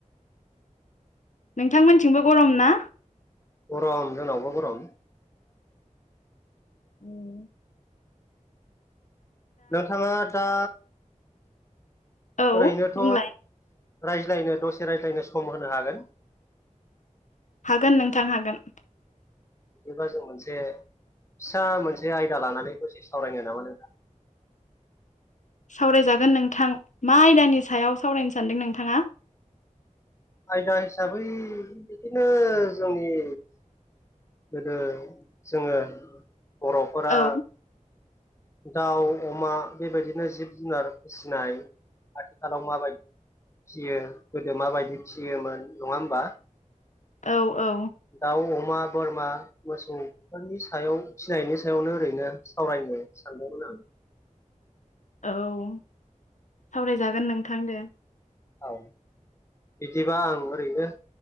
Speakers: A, on the left (about 65°); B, on the left (about 20°).
A: नोंथांमोनथिंबो गरम ना?
B: गरम जोंनावबो गरम।
A: उम।
B: नोंथाङा दा
A: औ
B: ओरैनोथ'
A: बुंलाय
B: रायज्लायनो दसे रायज्लायनो सम होनो हागोन।
A: हागोन नोंथां हागोन।
B: बिदिबा जों मोनसे फिसा मोनसे आयदा लानानैबो सावरायनो नामा नोंथां? <inaudible>
A: सावरायजागोन नोंथां। मा आयदानि सायाव सावरायनो सानदों नोंथाङा?
B: आयदा हिसाबै बिदिनो जोंनि गोदो जोङो बर'फोरा
A: औ
B: दाउ-अमा बेबायदिनो जिब- जुनार फिसिनाय आथिखालाव माबायदि फियो गोदो माबायदि फियोमोन नङा होमबा?
A: औ औ
B: दाउ, अमा, बोरमा मोसौ बेफोरनि सायाव फिसिनायनि सायावनो ओरैनो सावरायनो सानदोंमोन आं।
A: औ ।सावरायजागोन नोंथां दे।
B: औ। बिदिबा आं ओरैनो